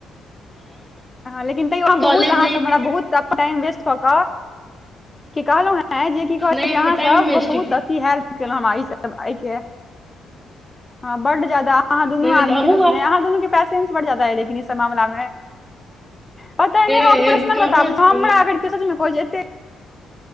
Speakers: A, on the left; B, in the centre.
A: लेकिन तैयो अहाँ
B: कॉलेज
A: बहुत अहाँ
B: जैते
A: सँ हमरा बहुत टाइम इनवेस्ट कऽ कऽ की कहलहु हें जे की कहे
B: नहि ओहिमे
A: अहाँ
B: टाइम
A: सब
B: वेस्ट
A: बहुत
B: की
A: अथी हेल्प <unintelligible> अहाँ दुनू
B: नहि नहि
A: आदमी
B: तऽ
A: के
B: अहूँ
A: सचमे
B: आब
A: अहाँ दुनू के पैसेंस बड ज्यादा है लेकिन ई सब मामला मे पता नहि
B: एह
A: हम प्रश्नल
B: एह कहाँ
A: बताबै
B: छी
A: छी
B: नहि